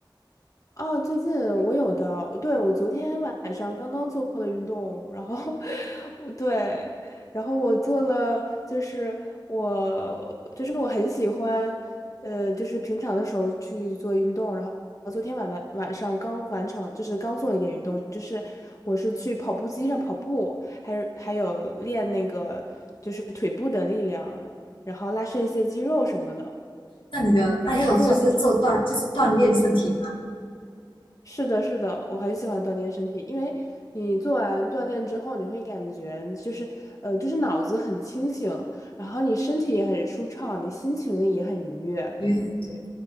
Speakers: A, on the left (about 40°); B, on the left (about 90°).
A: 啊，最近我有的，对，我昨天晚上刚刚做了运动，然后 <laughs> 我对，然后我做了，就是我就是我很喜欢，呃，就是平常的时候去做运动，然后昨天晚晚晚上刚完成，就是刚做了一点运动，就是我是去跑步机上跑步，还是还有练那个就是腿部的力量，然后拉伸一些肌肉什么的，
B: 那你的爱好就是做锻，
A: 然后我做完。
B: 就是锻炼身体嘛？
A: 是的，是的，我很喜欢锻炼身体，因为你做完锻炼之后，你会感觉就是，呃，就是脑子很清醒，然后你身体也很舒畅，你心情也很愉悦。
B: 因为对，